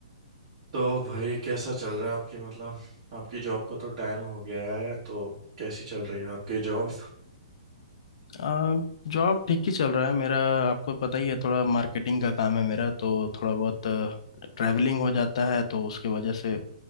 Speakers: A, on the right (about 50°); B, on the left (about 60°).
A: तो भाई कैसा चल रहा है आपकी मतलब आपकी जॉब को तो टाइम हो गया है तो कैसी चल रही है आपकी जॉब
B: अ, जॉब ठीक ही चल रहा है मेरा आपको पता ही है थोड़ा मार्केटिंग का काम है मेरा तो थोड़ा बहुत ट्रैवलिंग हो जाता है तो उसके वजह से